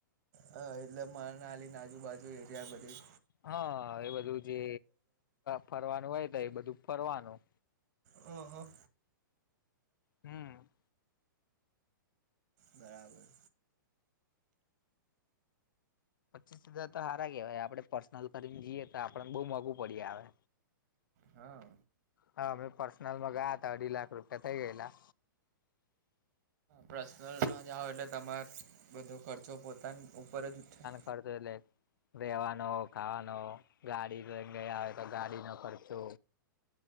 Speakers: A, on the right; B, on the left.
A: હ એટલે મા નાલી આજુબાજુ એરિયા બધી
B: હા એ બધું જે ફરવાનું હોય તો એ બધું ફરવાનું
A: હો હો
B: હમ
A: બરાબર
B: પચીસ હજાર તો હારા કેહેવાય આપડે પર્સનલ કરીને જઈએ તો આપડને બહુ મોંગુ પડીએ આવે
A: હા
B: હા અમે પર્સનલમાં ગયા હતા અઢી લાખ રૂપિયા થઈ ગયેલા.
A: પર્સનલ નો જાઓ એટલે તમારે બધો ખર્ચો પોતાના ઉપર જ ઉઠાય
B: અડધો લે રહેેવાનો, ખાવાનો, ગાડી લઈને ગયા હોય તો ગાડી ન ખર્ચો